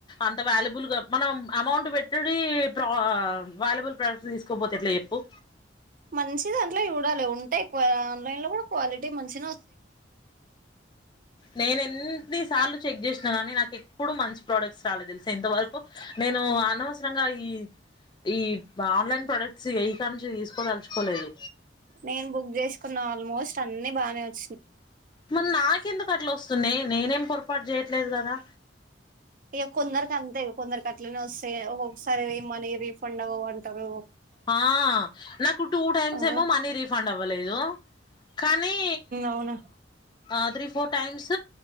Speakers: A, on the left; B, on the right.
A: అంత వాల్యుబుల్ గా మనం అమౌంట్ పెట్ అటడీ ప్ర వాల్యుబుల్ ప్రొడక్ట్స్ తీసుకోపోతే ఎట్లా చెప్పు
B: మంచి దాంట్లో చూడాలి ఉంటే ఆన్లైన్ లో కూడా క్వాలిటీ మంచి
A: నేను ఎన్ని సాలు చెక్ చేసిన గానీ నాకు ఎప్పుడడు మంచి ప్రోడక్ట్స్ రాలే తెలు ఇంతవరకు నేను అనవసరంగా ఈ ఈ ఆన్లైన్ ప్రొడక్ట్స్ ఎకా నుంచి తీసుకోదలుచుకోలేదు
B: నేను చేసుకున్న ఆల్మోస్ట్ అన్ని సు
A: మరి నాకెందుకు అట్లా వస్తున్నాయి నేనేం పొరపాటు చేయట్లేదు కదా
B: ఇగ కొందరికి అంతే ఇగ కొందరికి అట్లనే వస్తయ్ ఒకొక్కసారి మనీ రిఫండ్ అవవ్ అంటరు
A: ఆ నాకు టూ టైమ్స్
B: ఉమ్
A: ఏమో మనీ రీఫండ్ అవ్వలేదు కానీ
B: అవునా
A: ఆ త్రీ ఫోర్ టైమ్స్